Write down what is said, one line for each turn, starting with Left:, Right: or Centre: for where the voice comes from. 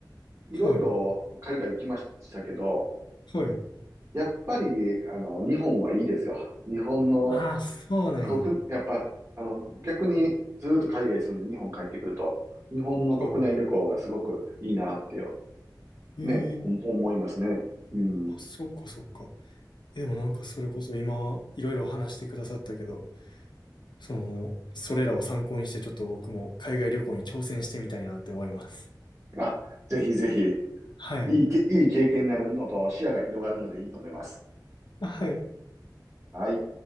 Right: いろいろ海外行きましたけど、
Left: はい。はい。
Right: やっぱり、あの、日本はいいですよ。日本の
Left: ああ、そうなんや。
Right: 国、やっぱ、あの、逆にずーっと海外住んで日本帰ってくると、日本の国内旅行がすごくいいなってよ、
Left: はい。
Right: ね、お思いますね。
Left: ええ
Right: うん。
Left: あ、そっかそっか。でもなんかそれこそ今いろいろ話してくださったけど、その、それらを参考にしてちょっと僕も海外旅行に挑戦してみたいなって思います。
Right: あ、ぜひぜひ、
Left: はい。
Right: いいけ、いい経験になるのと視野が広がるのでいいと思います。
Left: あはい。
Right: はい。